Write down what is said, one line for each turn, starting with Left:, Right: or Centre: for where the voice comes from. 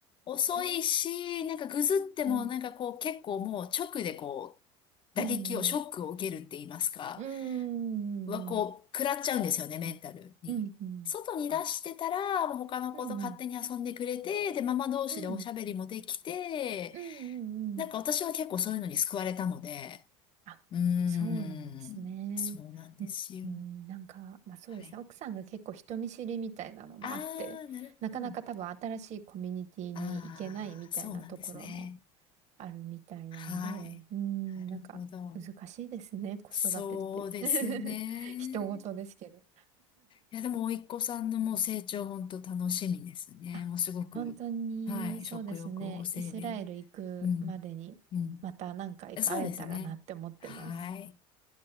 Left: 遅いし、
Right: うー
Left: なんかぐずってもなんかこう結構もう直でこう
Right: ん。うん。
Left: 打撃を、ショックを受けるって言いますか、
Right: うん。
Left: はこう食らっちゃうんですよね、
Right: うん。
Left: メンタルに。
Right: うん。うん。
Left: 外に出してたら、
Right: あ、
Left: もう他の子と勝手に遊んでくれて、
Right: うん。
Left: で、ママ同士でおしゃべりもできて、
Right: うん。うん。うん。うん。
Left: なんか私は結構そういうのに救われたので、
Right: あ、
Left: うーん、
Right: そうなんですね。
Left: そうなんですよ。
Right: うんうん。なんか、まあそうですね。
Left: はい。
Right: 奥さんが結構人見知りみたいなのもあって、
Left: あー、なるほど。
Right: なかなか多分新しいコミュニティに行けないみたいなところも
Left: あー、そうなんですね。
Right: あるみたいなんで、
Left: はい。
Right: うん。
Left: なるほど。
Right: なんか、難しいですね。子育てって。
Left: そうですね。
Right: <laughs> 人事ですけど。
Left: いや、でも、甥っ子さんのもう成長、本当楽しみですね。
Right: あ本当に、
Left: もうすごく、はい、
Right: そうですね。
Left: 食欲旺盛で。
Right: イスラエル行くまでに、
Left: うん、うん。
Right: また何回か会えたらなって思ってます。
Left: そうですね。はい、